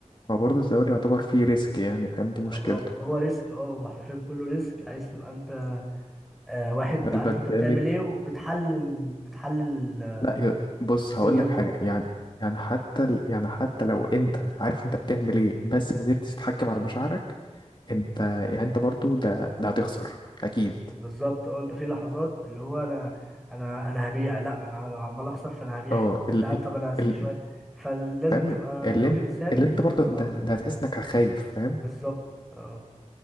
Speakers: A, on the left; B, in the centre.
A: هو برضه التداول يعتبر فيه ريسك يعني فاهم دي مشكلته
B: هو هو ريسك اه هو حرفيا كله ريسك عايز تبقى انت آه واحد
A: قلبك
B: عارف انت بتعمل
A: جامد
B: ايه وبتحلل بتحلل
A: لا يا- بص
B: الدنيا
A: هقول لك
B: جوه
A: حاجه يعني يعني حتى ال- يعني حتى لو انت عارف انت بتعمل ايه بس ما قدرتش تتحكم على مشاعرك انت يعني انت برضو ده ده هتخسر اكيد
B: بز- بالظبط اه انت في لحظات اللي هو انا انا انا هبيع لا انا انا عمال اخسر فانا هبيع
A: اه
B: هنا
A: ال
B: لا
A: ال
B: طب انا هسيب
A: ال
B: شويه فلازم
A: فاهم
B: تبقى
A: اللي
B: راجل
A: انت
B: ثابت
A: اللي انت
B: ودماغ
A: برضو ده,
B: اه
A: ده هتحس انك خايف فاهم
B: بالظبط اه